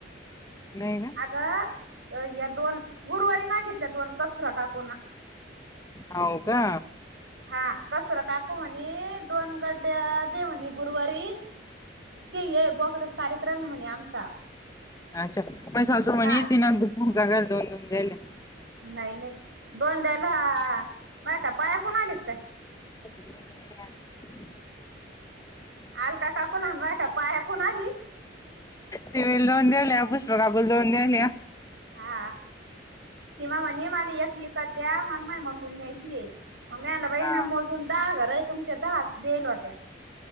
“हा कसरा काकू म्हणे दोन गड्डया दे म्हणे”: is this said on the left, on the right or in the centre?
Right